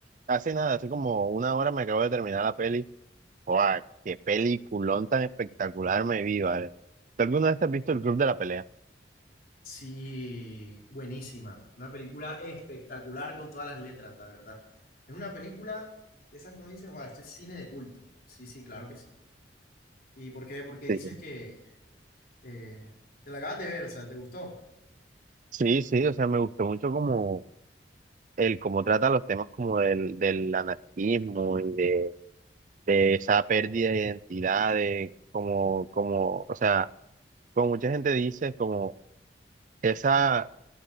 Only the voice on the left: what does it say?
Sí, buenísima. Una película espectacular con todas las letras, la verdad. Es una película de esas que uno dice, wow, esto es cine de culto. Sí, sí, claro que sí. ¿Y por qué? ¿Por qué dices
que eh, te la acabas de ver, o sea, ¿te gustó?